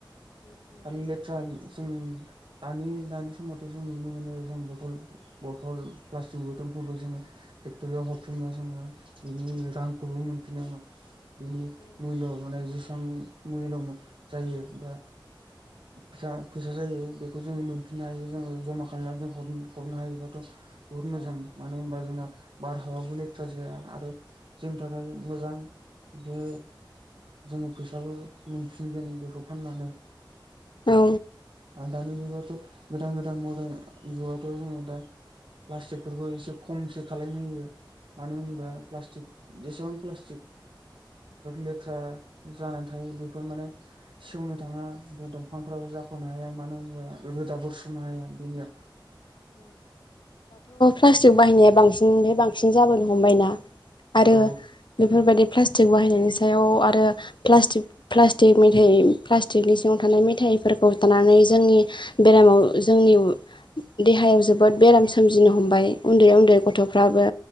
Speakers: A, on the right; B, on the left.
A: आन्नेथ्रान जों दानि दानि समावथ' जों नुनो मोनो जों बथल बथल प्लास्टिक बथल जोङोे फेक्टरियाव हर फिनबा जोङो बिनि रांखौबो मोनफिनो बिनि मुल्य माने जेसां मुल्य म जायो बा फिसा फैसा जायो बेखौ जोङो मोनफिननो हायो जोङो जमा खालामनानै जों हरनो हायोबाथ' बुहुत मोजां मानो होनबा जोंना बारहायावबो लेथ्रा जाया आ रो जोंनि थाखाय मोजां बे जोंङो फैसाबो मोनफिनगोन बेखौ फाननानै
B: औ
A: आरो दानि जुगावथ' गोदान गोदान मर्दान जुगावथ' जोङो दा प्लास्टिकफोरखौ एसे खमसो खालायनो होयो मानो होनबा प्लास्टिक जेसेबां प्लास्टिक लेथ्रा जानानै थायो बेफोर माने सेवनो थाङा ओमफ्राय दंफांफ्राबो जाख'नो हाया मानो होनोबा रोदाफोर सुनो हाया बेनिया
B: प्लास्टिक बाहायनाया बांसिननिफ्राय बांसिन जाबोनो हमबायना आरो
A: औ
B: बेफोर बायदि प्ला स्टि बाहायनायनि सायाव आरो प्लास्टिक प्लास्टिक मेथाइ प्लास्टिकनि सिङाव थानाय मेथाइफोर हतानानै जोंनि बेरामाव जोंनि देहायाव जोबोद बेराम सोमजिनो हमबाय उन्दै उन्दै गथ'फ्राबो